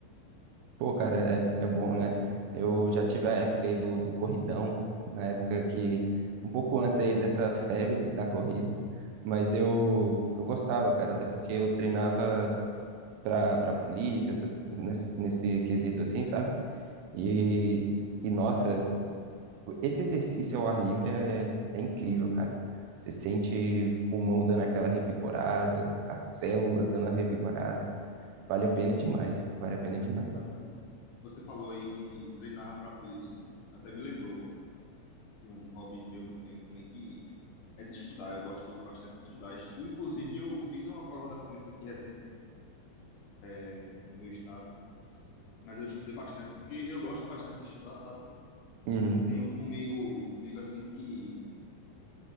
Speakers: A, on the right; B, on the left.
A: Pô, cara, é, é bom, né? Eu já tive a época aí do, do corridão, na época que, um pouco antes aí dessa febre da corrida, mas eu, eu gostava, cara, até porque eu treinava pra, pra polícia, essas, nesse, nesse quesito assim, sabe? E, e, nossa, esse exercício ao ar livre é, é incrível, cara. Você sente o pulmão dando aquela revigorada, as células dando a revigorada. Vale a pena demais,
B: Sim,
A: vale a pena demais.
B: exatamente. Você falou aí que treinava para a polícia, até me lembrou de um hobby meu que eu tenho também que é de estudar. Eu gosto bastante de estudar. Estu- Inclusive, eu fiz uma prova da polícia aqui recente, eh, no meu estado, mas eu estudei bastante porque eu gosto bastante de estudar, sabe?
A: Uhum,
B: eu tenho comigo, comigo assim que